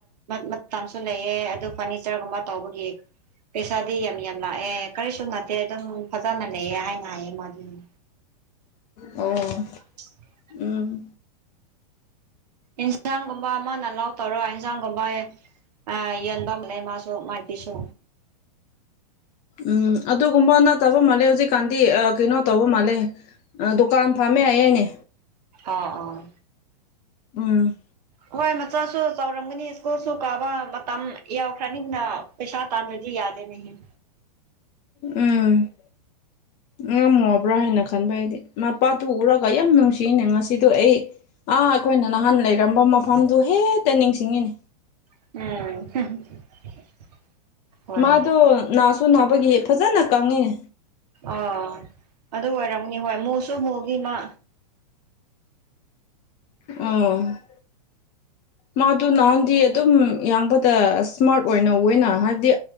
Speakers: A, on the right; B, on the left.
A: ꯃꯇꯝꯁꯨ ꯂꯩꯑ ꯑꯗꯨ ꯐꯔꯅꯤꯆꯔꯒꯨꯝꯕ ꯇꯧꯕꯒꯤ ꯄꯩꯁꯥꯗꯤ ꯌꯥꯝ ꯌꯥꯝ ꯂꯥꯛꯑꯦ ꯀꯔꯤꯁꯨ ꯉꯇꯦ ꯑꯗꯨꯝ ꯐꯖꯅ ꯂꯩꯌꯦ ꯍꯥꯏꯅ ꯍꯥꯏꯌꯦ ꯃꯥꯗꯨꯅꯦ
B: ꯑꯣ
A: <unintelligible>
B: ꯎꯝ
A: ꯏꯟꯁꯥꯡꯒꯨꯝꯕ ꯑꯃꯅ ꯂꯥꯎ ꯇꯧꯔꯣ ꯏꯟꯁꯥꯡꯒꯨꯝꯕ ꯑ ꯌꯟꯕ ꯑꯃ ꯂꯩ ꯃꯥꯁꯨ ꯃꯥꯏ ꯑꯩꯁꯨ
B: ꯎꯝ ꯑꯗꯨꯒꯨꯝꯕ ꯅꯠꯇꯕ ꯃꯥꯜꯂꯦ ꯍꯧꯖꯤꯛꯀꯥꯟꯗꯤ ꯀꯩꯅꯣ ꯇꯧꯕ ꯃꯥꯜꯂꯦ ꯗꯨꯀꯥꯟ ꯐꯥꯝꯃꯦ ꯑꯩ ꯑꯩꯅꯦ
A: ꯑꯥ ꯑꯥ
B: ꯎꯝ
A: ꯍꯣꯏ ꯃꯆꯥꯁꯨ ꯆꯥꯎꯔꯝꯒꯅꯤ ꯁ꯭ꯀꯨꯜꯁꯨ ꯀꯥꯕ ꯃꯇꯝ ꯌꯥꯎꯈ꯭ꯔꯅꯤꯅ ꯄꯩꯁꯥ ꯇꯥꯜꯂꯣꯗꯤ ꯌꯥꯗꯦꯃꯤ
B: ꯎꯝ ꯉꯝꯃꯨꯕ꯭ꯔꯥ ꯍꯥꯏꯅ ꯈꯟꯕ ꯍꯥꯏꯗꯤ ꯃꯄꯥꯗꯨꯨ ꯎꯔꯒ ꯌꯥꯝ ꯅꯨꯡꯁꯤꯅꯦ ꯉꯁꯤꯗꯣ ꯑꯩ ꯑꯥ ꯑꯩꯈꯣꯏꯅ ꯅꯍꯥꯟ ꯂꯩꯔꯝꯕ ꯃꯐꯝꯗꯨ ꯍꯦꯛꯇ ꯅꯤꯡꯁꯤꯡꯉꯤꯅꯦ
A: ꯎꯝ ꯍꯣꯏ
B: ꯃꯥꯗꯣ ꯅꯥꯁꯨ ꯅꯥꯕꯒꯤ ꯐꯖꯅ ꯀꯪꯉꯤꯅꯦ
A: ꯑꯣ ꯑꯗꯨ ꯑꯣꯏꯔꯝꯅꯤ ꯍꯣꯏ ꯃꯨꯁꯨ ꯃꯨꯕꯅꯤ ꯃꯥ
B: ꯑ ꯃꯥꯗꯨ ꯅꯍꯥꯟꯗꯤ ꯑꯗꯨꯝ ꯌꯥꯡꯕꯗ ꯏꯁꯃꯥꯔꯠ ꯑꯣꯏꯅ ꯑꯣꯏꯅ ꯍꯥꯏꯕꯗꯤ